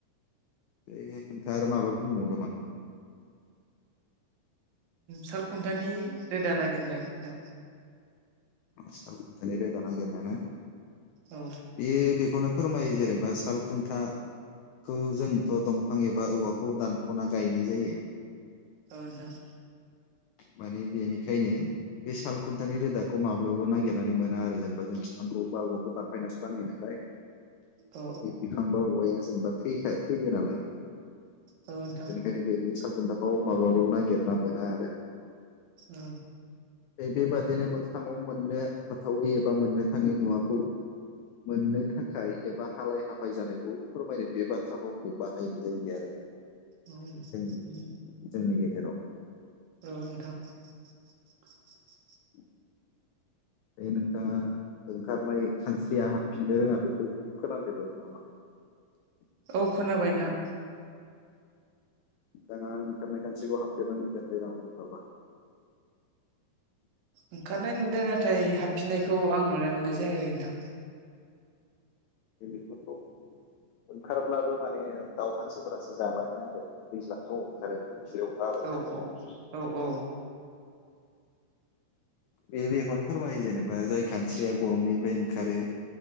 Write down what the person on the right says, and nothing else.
साल खुन्थानि रोदा नागिरनाय नोंथां।
औ
औ नोंथां।
औ
नोंथां औ नोंथां
औ
औ
औ नोंथां <unintelligible>
औ खोनाबाय नोंथां।
ओंखारनाय नुदों नाथाय हाबफिननायखौ आं नुनो मोननाय जायाखै नोंथां।
औ
औ
औ औ